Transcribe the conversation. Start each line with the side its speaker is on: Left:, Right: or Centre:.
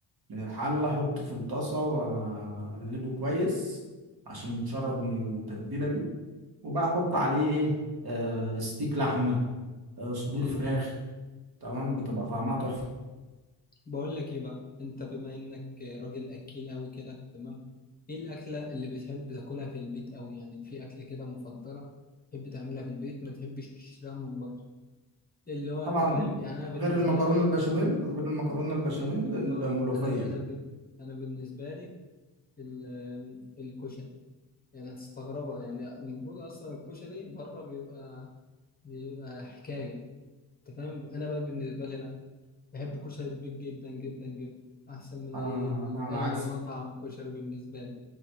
Right: من الحلة احطه في الطاسة واقلبه كويس عشان يتشرب من التتبيلة دي وبقى احط عليه ايه آه ستيك لحمة آه صدور
Left: حلو
Right: فراخ
Left: أوي
Right: تمام بتبقى طعمها تحفة
Left: بقول لك ايه بقى انت بما انك راجل اكيل قوي كده تمام ايه الاكله اللي بتحب تاكلها في البيت قوي يعني في اكله كده مفضله تحب تعملها في البيت ما تحبش تشتريها من بره اللي هو
Right: طبعا
Left: انت فاهم يعني انا بالنسبه
Right: غير المكرونة
Left: لي
Right: البشاميل غير المكرونة البشاميل
Left: اه, بن...
Right: الملوخية
Left: آه انا انا ب... انا بالنسبه لي ال... الكشري يعني هتستغربها يعني المفروض اصلا الكشري بره بيبقى بيبقى حكايه انت فاهم انا بقى بالنسبه لي لا بحب كشري البيك جدا جدا جدا أحسن من
Right: انا
Left: أي
Right: انا على
Left: أي
Right: عكس
Left: مطعم كشري بالنسبة لي